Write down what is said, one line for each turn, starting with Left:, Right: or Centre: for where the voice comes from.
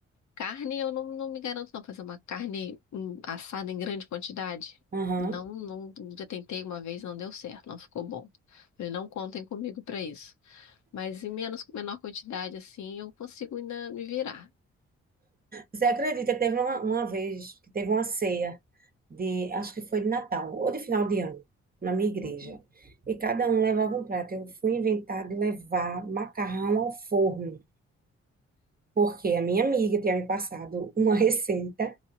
Left: carne eu não, não me garanto, não. Fazer uma carne hum, assada em grande quantidade.
Right: Aham.
Left: Não, não, já tentei uma vez, não deu certo, não ficou bom. Falei, não contem comigo pra isso. Mas em menos, menor quantidade, assim, eu consigo ainda me virar.
Right: Você acredita, que teve uma, uma vez que teve uma ceia de, acho que foi de Natal ou de final de ano, na minha igreja.
Left: Uhum.
Right: E cada um levava um prato. Eu fui inventar de levar macarrão ao forno, porque a minha amiga tinha me passado uma <laughs> receita,